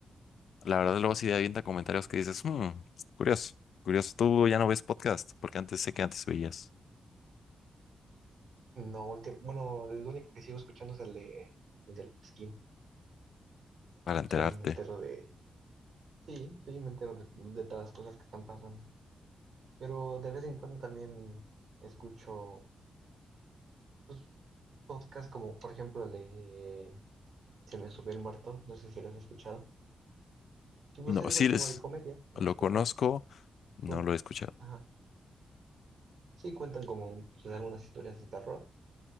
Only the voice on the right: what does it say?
No, último, bueno, el único que sigo escuchando es el de el del Pasquín.
Ahí me entero de, sí, sí, me entero de, de todas las cosas que están pasando. Pero de vez en cuando también escucho pues, podcasts como, por ejemplo, el de Se me subió el muerto, no sé si lo has escuchado. Que pues
es igual
como
de comedia, ¿no?
O sea,
cuen-
ajá, sí cuentan como pues, algunas historias de terror